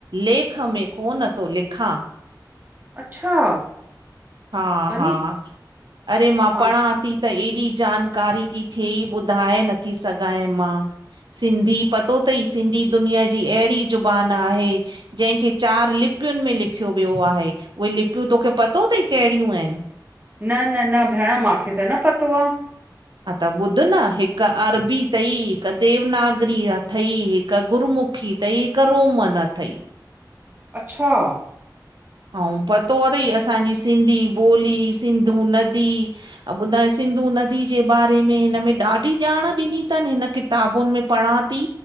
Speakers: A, on the right (about 80°); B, on the right (about 25°).
A: लेख में कोन थो लिखां।
B: अच्छा,
A: हा-हा,
B: अरे
A: अरे मां
B: असां
A: पढ़ांती त एॾी जानकारी थियईं, ॿुधाए नथी सघांए मां। सिंधी, पतो तई सिंधी दुनिया जी अहिड़ी ज़ुबान आहे जंहिंखे चार लिपियुन में लिखियो वियो आहे, उहे लिपियूं तोखे पतो तई केड़ियूं आहिन?
B: न- न- न भेण मांखे त न पतो आ।
A: हा, त ॿुध न हिक अरबी तई, हिक देवनागरी आ। थई। हिक गुरमुखी तई, हिक रोमन अथई।
B: अछा!
A: अऊं पतो तई, असांजी सिंधी ॿोली, सिंधू नदी अऊं ॿुधाए, सिंधु नदी जे बारे में हिन में ॾाढी ॼांण ॾिनी तन हिन किताबुन में पढ़ां ती।